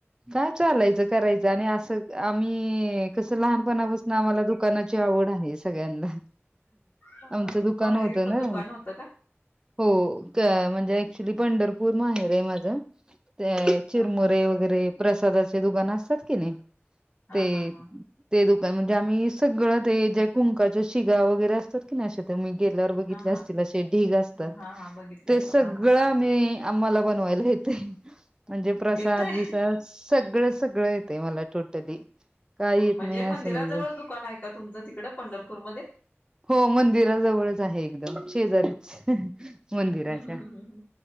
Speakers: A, on the right; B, on the left.
A: काय चालायचं करायचं आणि असं. आम्ही कस लहानपणापासून आम्हाला दुकानाची आवड आहे सगळ्यांना
B: हा
A: आमचं
B: हा
A: दुकान
B: बाहेर
A: होतं
B: पण
A: ना.
B: दुकान होतं का
A: हो
B: हा
A: म्हणजे ऍक्च्युली पंढर पूर माहेर आहे माझ चिरमुरे
B: हा हा
A: वगैरे प्रसादाचे दुकान असतात कि नाही.
B: हा
A: ते
B: हा हा हा
A: ते दुकान म्हणजे आम्ही सगळं ते जे कुंकाच्या शिगा वगैरे असतात. असतात की नाही अश्या त्या मी गेल्यावर बघितले
B: हा
A: असतील ढिग असतात
B: हा हा हा बघितल्यात
A: ते सगळं.
B: हा हा
A: ते आम्हाला बनवायला येतंय. म्हणजे प्रसाद
B: येतय
A: बिसाद सगळं सगळं येतेय मला टोटली. काही येत
B: म्हणजे
A: नाही असं
B: मंदिराजवळच
A: नाहीये.
B: दुकान आहे का तुमचं तिकड पंढरपूर मध्ये
A: हो मंदिराजवळच आहे एकदम शेजारीच मंदिराच्या.
B: हम्म हम्म